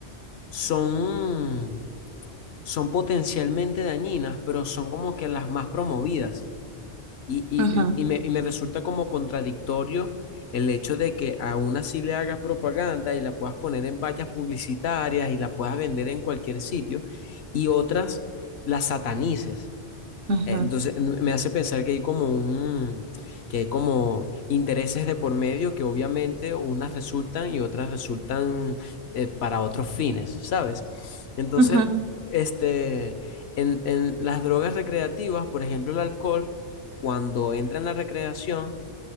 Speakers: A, on the left; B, on the right.
A: son, son potencialmente dañinas, pero son como que las más promovidas. Y, y-
B: Ujú,
A: y me, y me resulta como contradictorio el hecho de que aún así le hagas propaganda y la puedas poner en vallas publicitarias y la puedas vender en cualquier sitio y otras las satanices.
B: ujú,
A: Entonces n- me hace pensar que hay como un, que hay como intereses de por medio que obviamente unas resultan y otras resultan eh, para otros fines, ¿sabes? Entonces,
B: ujú.
A: este, en, en las drogas recreativas, por ejemplo, el alcohol, cuando entra en la recreación,